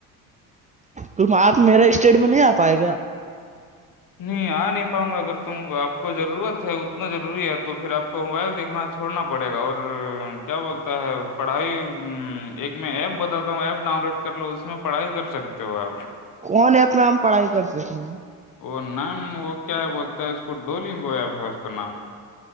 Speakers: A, on the right (about 20°); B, on the left (about 50°).
A: ت آپ میرا اسٹیٹ میں نہیں آ پائے گا <unintelligible>
B: نہیں آ نہیں پاؤں گا اگر تم آپ کو ضرورت ہے اتنا ضروری ہے تو پھر آپ کو موبائل دیکھنا چھوڑنا پڑے گا اور کیا بولتا ہے پڑھائی ایک میں ایپ بتاتا ہوں ایپ ڈاؤن لوڈ کر لو اس میں پڑھائی کر سکتے ہو آپ
A: کون ہے اپنا ہم پڑھائی کر سکتے ہیں
B: وہ نام وہ کیا بولتا ہے اس کو ڈولنگویا اس کا نام